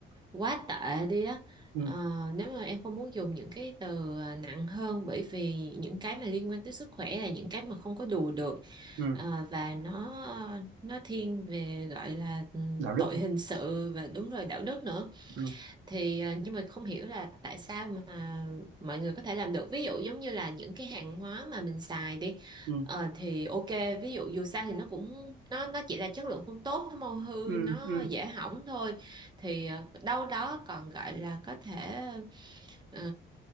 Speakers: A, on the right; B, on the right.
A: quá tệ đi á
B: ừ
A: Ờ, nếu mà em không muốn dùng những cái từ ờ, nặng hơn bởi vì những cái mà liên quan tới sức khỏe là những cái mà không có đùa được
B: ừ
A: Ờ, và nó nó thiên về gọi là ừm,
B: đạo đức
A: tội
B: không
A: hình sự và đúng rồi đạo đức nữa
B: ừ
A: thì ờ, nhưng mà không hiểu là tại sao mà mọi người có thể làm được ví dụ giống như là những cái hàng hóa mà mình xài đi
B: ừ
A: ờ, thì ok ví dụ dù sao thì nó cũng nó nó chỉ là chất lượng không tốt nó mau hư
B: ừ
A: nó dễ hỏng thôi thì ờ, đâu đó còn gọi là có thể ờ,